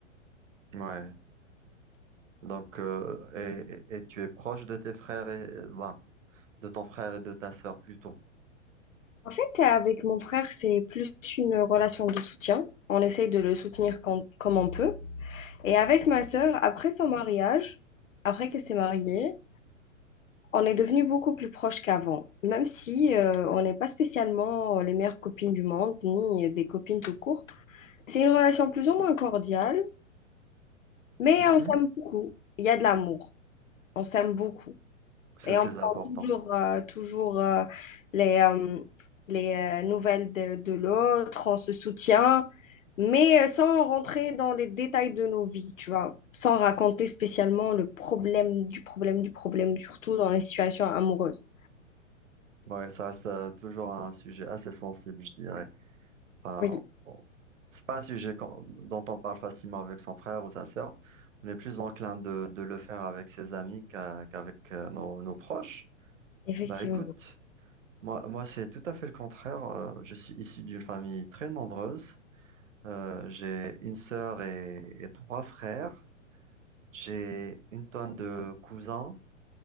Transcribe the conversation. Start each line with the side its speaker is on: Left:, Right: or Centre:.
Right: Ouais. Donc, euh, et, et- et tu es proche de tes frères et, euh, ben. de ton frère et de ta sœur plutôt.
Left: En fait, avec mon frère, c'est plus une relation de soutien. On essaye de le soutenir quand- comme on peut. Et avec ma sœur, après son mariage, après qu'elle s'est mariée, on est devenus beaucoup plus proches qu'avant, même si euh, on n'est pas spécialement euh, les meilleures copines du monde, ni des copines tout court. C'est une relation plus ou moins cordiale, mais
Right: Mhm.
Left: on s'aime beaucoup. Il y a de l'amour. On s'aime beaucoup.
Right: C'est
Left: Et
Right: le plus
Left: on prend
Right: important.
Left: toujours, euh, toujours euh, les, euh, les euh, nouvelles de, de l'autre, on se soutient, mais euh, sans rentrer dans les détails de nos vies, tu vois, sans raconter spécialement le problème du problème du problème, surtout dans les situations amoureuses.
Right: Ouais, ça reste euh, toujours un sujet assez sensible, je dirais. Enfin,
Left: Oui.
Right: on- c'est pas un sujet qu'on- dont on parle facilement avec son frère ou sa sœur. On est plus enclin de, de le faire avec ses amis qu'à- qu'avec euh, nos, nos proches.
Left: Effectivement.
Right: Bah écoute. Moi, moi, c'est tout à fait le contraire. Euh, Je suis issu d'une famille très nombreuse. Euh, j'ai une sœur et, et trois frères. J'ai une tonne de cousins,